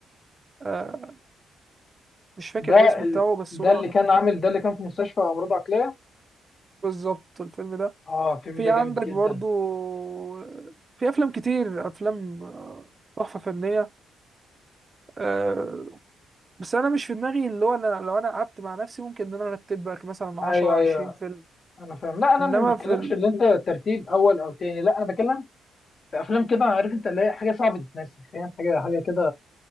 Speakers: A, on the right; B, on the left.
A: آه مش فاكر
B: ده
A: الاسم
B: ال...
A: بتاعه بس
B: ده
A: هو
B: اللي كان عامل ده اللي كان في مستشفى امراض عقليه
A: بالظبط الفيلم ده
B: اه الفيلم
A: في
B: ده
A: عندك
B: جامد جدا
A: برضو آه، في افلام كتير افلام آه، تحفة فنية آه بس انا مش في دماغي اللي هو انا لو انا قعدت مع نفسي ممكن ان انا ارتب لك مثلا 10
B: ايوه ايوه
A: 20 فيلم
B: انا فاهم لا انا
A: انما
B: ما بتكلمش
A: في ال...
B: اللي انت ترتيب اول او تاني لا انا بتكلم في افلام كده عارف انت اللي هي حاجه صعبه تتنسي فاهم حاجه حاجه كده